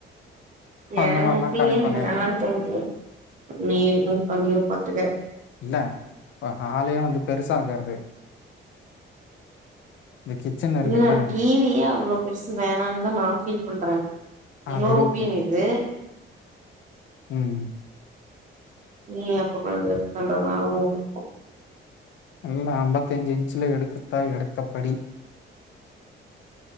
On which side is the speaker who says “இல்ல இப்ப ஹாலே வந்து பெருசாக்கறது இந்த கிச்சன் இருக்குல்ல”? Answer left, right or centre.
Left